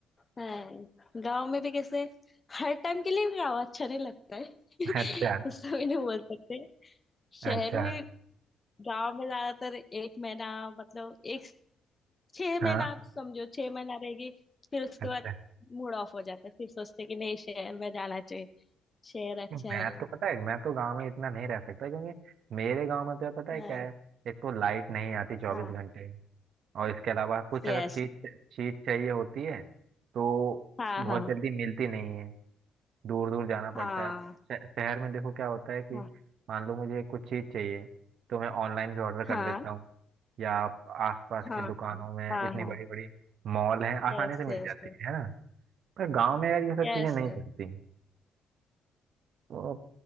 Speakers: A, on the left; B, on the right.
A: हाँ गांव में भी कैसे हर टाइम के लिए गांव अच्छा नहीं लगता है <laughs>
B: अच्छा
A: उसका भी नहीं बोल सकते शहर
B: अच्छा
A: में गांव में ज्यादातर एक महीना मतलब एक छह महीना
B: हाँ
A: समझो छह महीना रहेगी फिर उसके
B: अच्छा
A: बाद मूड ऑफ हो जाता है फिर सोचते हैं कि नहीं शहर में जाना चाहिए शहर अच्छा
B: मैं
A: है
B: तो पता है मैं तो गांव में इतना नहीं रह सकता क्योंकि मेरे गांव में तो पता है
A: हाँ
B: क्या है एक तो लाइट नहीं आती
A: हाँ
B: चौबीस घंटे और इसके अलावा कुछ
A: यस
B: अगर चीज चीज चाहिए होती है तो
A: हाँ
B: बहुत
A: हाँ
B: जल्दी मिलती नहीं है दूर दूर जाना पड़ता
A: हाँ
B: है अब शह- शहर में देखो क्या होता है कि
A: हाँ
B: मान लो मुझे कुछ चीज चाहिए तो मैं ऑनलाइन भी ऑर्डर कर
A: हाँ
B: देता हूँ या आप आसपास
A: हाँ
B: की दुकानों
A: हाँ
B: में इतनी
A: हाँ
B: बड़ी बड़ी मॉल है आसानी
A: Yes
B: से मिल
A: yes
B: जाती है है ना पर गांव में यार ये सब
A: yes
B: चीजें नहीं मिलती तो